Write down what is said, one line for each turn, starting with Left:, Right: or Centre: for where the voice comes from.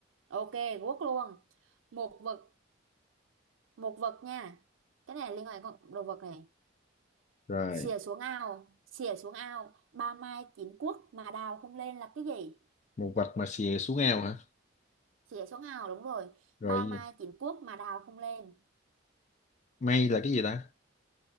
Right: ok quốc luôn một vật một vật nha cái này liên quan đến con đồ vật này
Left: rồi
Right: xìa xuống ao xìa xuống ao ba mai chín cuốc mà đào không lên là cái gì
Left: một vạch mà xìa xuống ao hả
Right: xìa xuống ao đúng rồi
Left: rồi
Right: ba mai
Left: gì?
Right: chín cuốc mà đào không lên
Left: may là cái gì ta